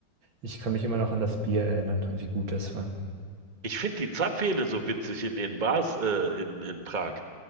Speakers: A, on the right (about 75°); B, on the right (about 25°).
A: Ich kann mich immer noch an das Bier erinnern und wie gut das war.
B: Ich finde die Zapfhähne so witzig in den Bars äh, in, in Prag.